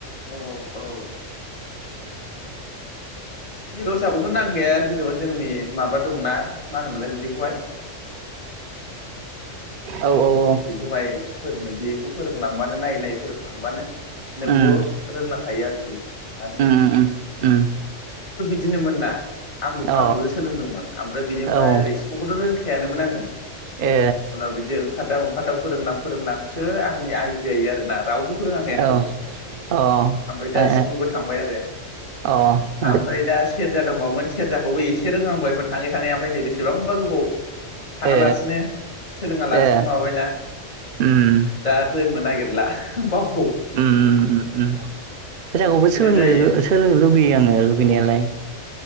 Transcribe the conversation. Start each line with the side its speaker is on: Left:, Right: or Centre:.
Left: औ औ दसाा ग <inaudible> ' नांखाया जेनेबा जोंनि माबा मा होनोमोनलाय बि ग <unintelligible>
Right: औ औ
Left: बेखौ बाय फोरोङोदि बेखौ फोरोंलांबानो नायै नायै फोरोंलांबानो नंगौ
Right: उम
Left: रोंलां थायो आरोखि। लासै
Right: उम उम उम।
Left: दिनो मोन ना? आंबो खामखौ
Right: अ
Left: सोलोंदोंमोन ओमफ्राय बिनिफ्राय
Right: औ
Left: ओरै सिफुंखौथ' रों फेयानोमोन आङो
Right: ए
Left: उनाव बिदि ओंखार खदाव ओंखारदाव फोरोंलां फोरोंलांसो आंनि आइडिया आरोना रावबो फोरोङाखै आंखौ
Right: औ अ
Left: ओमफ्राय दा
Right: ए
Left: सिफुंबो थांबाय आरो।
Right: अ
Left: आमफ्राय दा सेरजा दंबावोमोन सेरजाखौबो एसे रोंहांबायमोन थाङै थाङै ओमफ्राय नै बेसेबांबा गोबाव थाङा
Right: ए
Left: लासिनो सोलोङा लासिनो
Right: ए
Left: माबाबायना
Right: उम
Left: दा रोंनो नागिरला। <unintelligible>
Right: उम उम उम। ट्रेगावबो
Left: बिदिनो
Right: सोलोंनो
Left: जायो
Right: सोलोंनो लुगैयो आङो लुगैनायालाय।